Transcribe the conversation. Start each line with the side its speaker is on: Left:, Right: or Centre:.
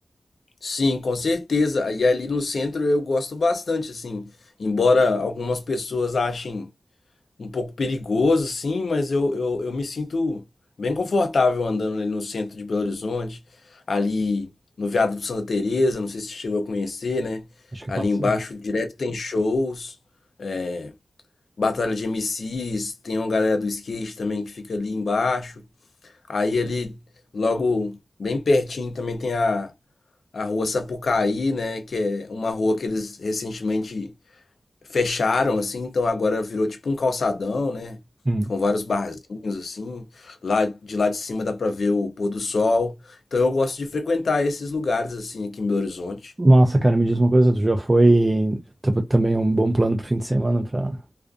Left: Sim, com certeza. E ali no centro eu gosto bastante, assim, embora algumas pessoas achem um pouco perigoso, sim, mas eu, eu, eu me sinto bem confortável andando ali no centro de Belo Horizonte, ali no Viaduto Santa Teresa, não sei se você chegou a conhecer, né?
Right: Acho que
Left: Ali
Right: eu passei.
Left: embaixo direto tem shows, é, batalha de MCs, tem uma galera do skate também que fica ali embaixo. Aí ali logo bem pertinho também tem a, a rua Sapucaí, né, que é uma rua que eles recentemente fecharam assim, então agora virou tipo um calçadão, né?
Right: Hum.
Left: Com vários barzinhos assim. Lá de lá de cima dá pra ver o pôr do sol. Então eu gosto de frequentar esses lugares assim aqui em Belo Horizonte.
Right: Nossa, cara, me diz uma coisa, tu já foi tá- também um bom plano pro fim de semana pra,